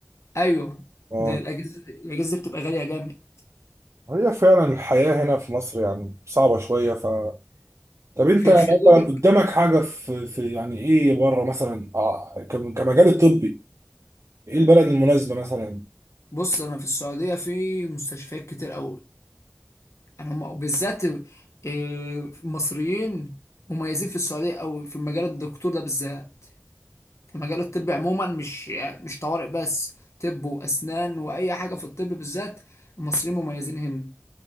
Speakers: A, on the left (about 75°); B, on the right (about 75°).
A: ايوه
B: اه
A: ده الاجهزه الاجهزه دي بتبقى غاليه جامد
B: هي فعلا الحياه هنا في مصر يعني صعبه شويه ف طب انت
A: في
B: مثلا
A: الخليج
B: قدامك حاجه في, في يعني ايه بره مثلا اه كم- كمجال الطبي ايه البلد المناسبه مثلا
A: بص انا في السعوديه في مستشفيات كتير قوي انا هم وبالذات آه، مصريين مميزين في السعوديه او في مجال الدكتور ده بالذات في مجال الطب عموما مش يعني مش طوارئ بس طب واسنان واي حاجه في الطب بالذات المصريين مميزين هنا